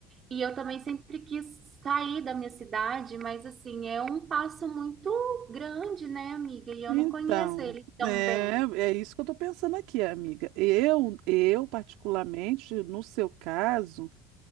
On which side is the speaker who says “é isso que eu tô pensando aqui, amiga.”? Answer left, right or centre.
Right